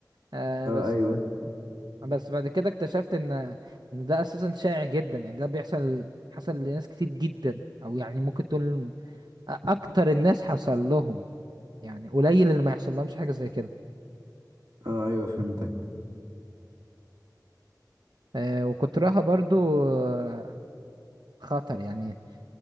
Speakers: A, on the right; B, on the right.
A: آه
B: اه
A: بس
B: ايوه
A: بس بعد كده اكتشفت ان ان ده اساسا شائع جدا يعني ده بيحصل حصل لناس كتير جدا او يعني ممكن تقول اكتر الناس حصل لهم يعني قليل اللي ما يحصل لهمش حاجه زي كده
B: اه ايوه فهمتك
A: آه وكترها برضو آه، خطر يعني